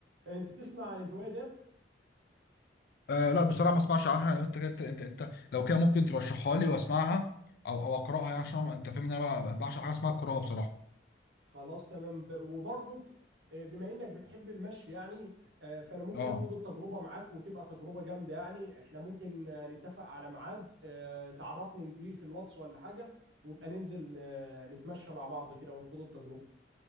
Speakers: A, on the right (about 80°); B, on the left (about 60°).
A: انت تسمع عن الهوايه ديت
B: آه لا بصراحه ما اسمعش عنها يعني انت انت انت انت لو كده ممكن ترشحها لي واسمعها او او اقراها يعني عشان انت فاهم ان انا بقى- بعشق حاجه اسمها القراءه بصراحه
A: خلاص تمام ب- وبرضك آه، بما انك بتحب المشي يعني آه، فانا ممكن
B: اه
A: اخد التجربه معاك وتبقى تجربه جامده يعني احنا ممكن آه، نتفق على ميعاد آه، تعرفني بيه في الواتس ولا حاجه وابقى ننزل آه، نتمشى مع بعض كده ونخوض التجربه